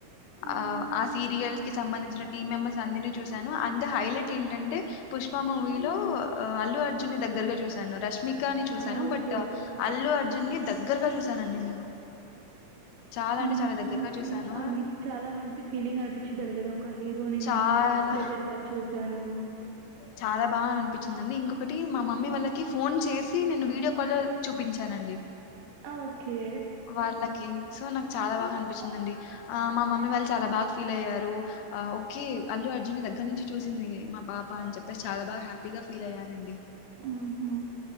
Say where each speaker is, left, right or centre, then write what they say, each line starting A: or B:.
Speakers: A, on the right; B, on the left.
A: మ్మ్
B: అ ఆ సీరియల్ సంబంధించిన టీమ్ మెంబెర్స్ అందరిని చూశాను అ హైలైట్ ఏంటంటే పుష్ప మూవీలో ఓ అల్లు అర్జున్ ని దగ్గరగ చూశాను రష్మీ కని చూశాను
A: ఆ ఓకే
B: బట్ అల్లు అర్జున్ ని దగ్గరగా చూశానండి నేను చాలా
A: మ
B: అంటే చాలా దగ్గరగా
A: ఓకే
B: చూశాను
A: ఆ మీకు చాలా మంచి ఫీలింగ్ అనిపించి ఉంటాది కదా ఒక హీరోని
B: చాలా
A: నేను దగ్గరగా చూశాను
B: చాలా బాగా అనిపించిందండి ఇంకొకటి మా మమ్మీ వాళ్ళకి ఫోన్ చేసి నేను వీడియో కాల్ చూపించానండి
A: ఓకే
B: వాళ్ళకి సో నాకు చాలా బాగా అనిపించిందండి ఆ మా మమ్మీ వాళ్ళు చాలా బాగా ఫీల్ అయ్యారు ఓకే అల్లు అర్జున్ని దగ్గర నుంచి చూసింది మా పాప అని చెప్పేసి చాలా బాగా హ్యాపీగా ఫీల్ అయ్యారండి
A: ఆహా